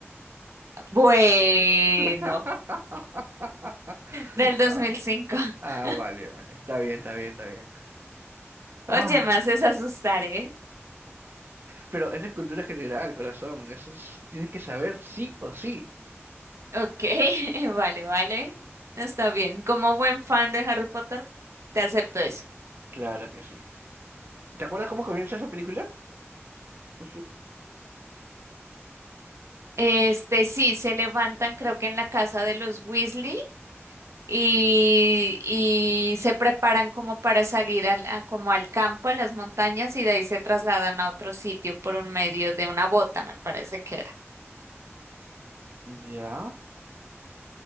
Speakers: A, on the right; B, on the right.
A: Bueno,
B: <laughs>
A: del dos
B: Ah,
A: mil cinco.
B: ah,
A: <laughs>
B: vale, vale. Está bien, está bien, está bien. Ah,
A: Oye, me haces asustar, ¿eh?
B: pero esa es cultura general, corazón. Eso es- tienes que saber sí o sí.
A: Ok, <laughs> vale, vale. Está bien. Como buen fan de Harry Potter, te acepto eso.
B: Claro que sí. ¿Te acuerdas cómo comienza esa película? Eso-
A: Este, sí, se levantan creo que en la casa de los Weasley y, y se preparan como para salir al, a- como al campo, a las montañas, y de ahí se trasladan a otro sitio por un medio de una bota, me parece que era.
B: Ya.